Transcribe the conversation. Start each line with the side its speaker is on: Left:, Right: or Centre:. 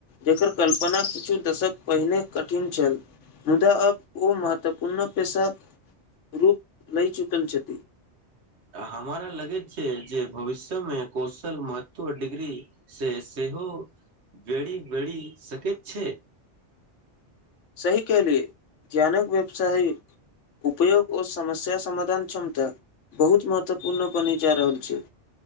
Left: जकर कल्पना किछु दशक पहिने कठिन छल मुदा अब ओ महत्वपूर्ण पेशाक रूप नै चुकल छथि
Right: हमारा लगज छै जे भविष्यमे कौशल महत्व डिग्री से से इहो वेरी बैरी सके छै
Left: सही केलि ध्यानक व्यवसाय उपयोग ओ समस्या समाधान क्षमता बहुत महत्वपूर्ण बनि जा रहल छै